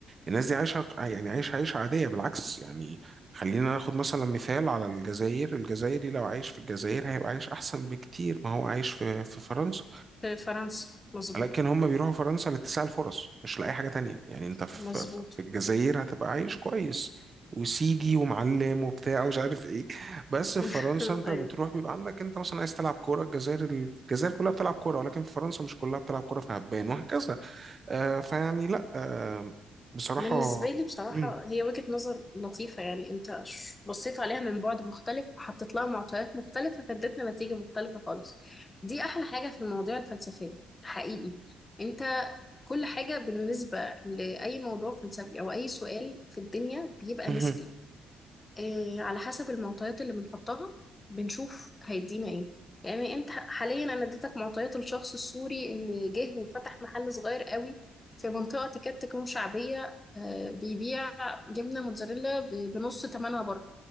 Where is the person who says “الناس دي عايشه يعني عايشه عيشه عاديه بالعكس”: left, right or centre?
Right